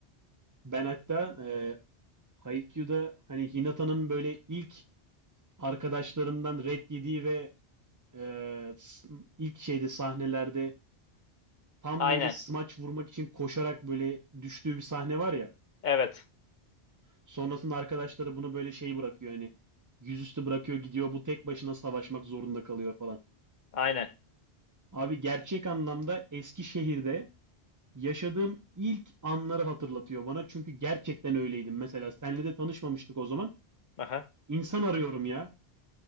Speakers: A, on the right (about 30°); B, on the left (about 55°).
A: Ben hatta e, Haikyuu'da hani Hinata'nın böyle ilk arkadaşlarından red yediği ve e, s- ilk şeyde sahnelerde tam
B: Aynen.
A: böyle smaç vurmak için koşarak böyle düştüğü bir sahne var ya.
B: Evet.
A: Sonrasında arkadaşları bunu böyle şey bırakıyor hani yüzüstü bırakıyor gidiyor bu tek başına savaşmak zorunda kalıyor falan.
B: Aynen.
A: Abi gerçek anlamda Eskişehir'de yaşadığım ilk anları hatırlatıyor bana. Çünkü gerçekten öyleydim. Mesela senle de tanışmamıştık o zaman.
B: Aha.
A: İnsan arıyorum ya.